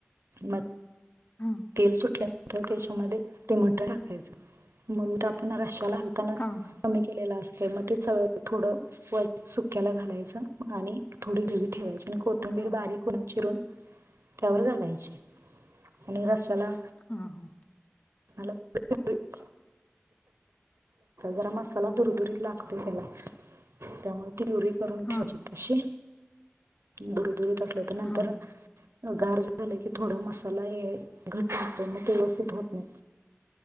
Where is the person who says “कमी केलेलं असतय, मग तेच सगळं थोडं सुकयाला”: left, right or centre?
Right